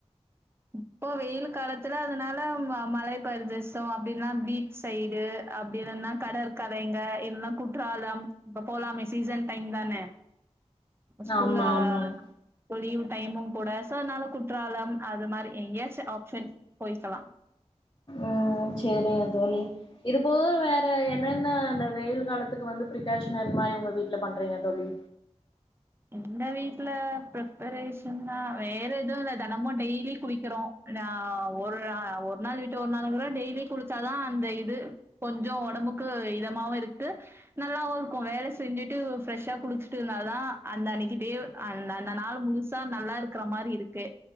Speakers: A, on the right; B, on the left.
A: இப்போ வெயில் காலத்துல அதனால ம மலை பர்தேசோ அப்டில்லா பீச் சைடு அப்டில்லனா கடற்கரைங்க இல்லனா குற்றாலம் இப்ப போலாமே சீசன் டைம் தான ஸ்கூல்ல
B: ஆமா ஆமாங்க
A: இபோ லீவ் டைமு கூட சோ அதுநால குற்றாலம் அது மாரி எங்கயாச்சு ஆப்ஷன் போய்க்கலா
B: ம் சேரிங்க தோழி இது ப்போக வேற என்னன்ன அந்த வெயில் காலத்துக்கு வந்து பிரிகாஷனரி மா உங்க வீட்டுல பண்றீங்க தோழி
A: எங்க வீட்ல பிரிப்பரேஷன்னா வேற எதுவு இல்ல தெனமும் டெய்லி குளிக்கறோ நா ஒரு அ ஒரு நாள் விட்டு ஒரு நாள்ளுக்கூட டெய்லி குளிச்சாதா அந்த இது கொஞ்சோ ஒடம்புக்கு இ தமாவு இருக்கு நல்லாவு இருக்கு வேல செஞ்சுட்டு ஒரு ஃப்ரெஷ்ஷா குளிச்சுட்டு இருந்தா தா அந்த அன்னிக்கு டேவ் அந்த அந்த நாள் முழுசா நல்லா இருக்கற மாரி இருக்கு